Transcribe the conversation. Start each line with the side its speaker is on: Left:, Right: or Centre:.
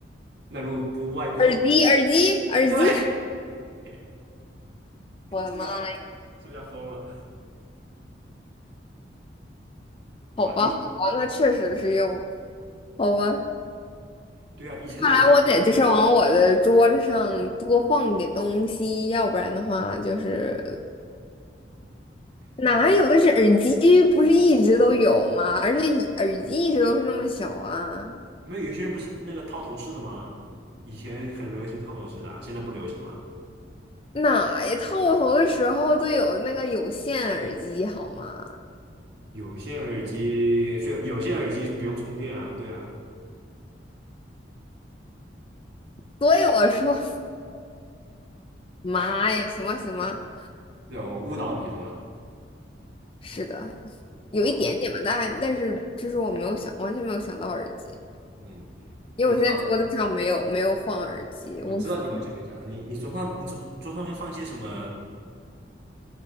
Right: 那如果不外扩呢，
Left: 耳机、耳机、耳机。
Right: 对，<laughs> 是不是要
Left: 我的妈呀！
Right: 是不是要疯了，对吧？
Left: 好吧，
Right: 以以
Left: 好吧，那确实是用，好吧。
Right: 对啊，以前的游戏
Left: 看来我得就是往我的桌子上多放点东西，要不然的话就是哪有？
Right: 对啊，
Left: 但是耳机不是一直都有吗？而且一耳机一直都是那么小啊，
Right: 没有有些人不是那个套头式的吗？以前很流行套头式的啊，现在不流行了。
Left: 哪呀？套头的时候都有那个有线耳机好吗？
Right: 有线耳机，所以有线耳机不用充电啊，对啊。
Left: 所以我说，妈呀，行吧行吧，
Right: 对吧我误导你是吧？
Left: 是的，有一点点吧，
Right: <laughs> 好，
Left: 但但是就是我没有想，完全没有想到耳机，
Right: 嗯嗯，
Left: 因为我现在桌子上没有没有放耳机，
Right: 我知道，我知道你完全没想到，
Left: 我放。
Right: 你你桌上你桌桌上会放些什么？